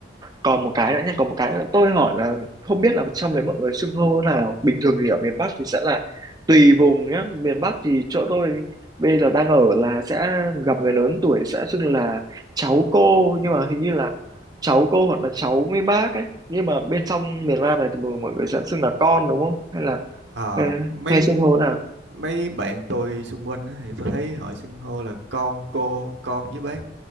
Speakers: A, on the right; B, on the right.
A: còn một cái nữa nhé, còn một cái nữa. Tôi hỏi là không biết là trong đấy mọi người xưng hô thế nào. Bình thường thì ở miền Bắc thì sẽ là tùy vùng nhá. Miền Bắc thì chỗ tôi bây giờ đang ở là sẽ gặp người lớn tuổi sẽ xưng là cháu cô nhưng mà hình như là cháu cô hoặc là cháu mấy bác ấy. Nhưng mà bên trong miền Nam này thì mọi mọi người sẽ xưng là con đúng không? Hay là
B: à,
A: hay,
B: mấy
A: hay xưng hô thế nào?
B: mấy bạn tôi xung quanh á, thì tôi thấy họ xưng hô là con cô con với bác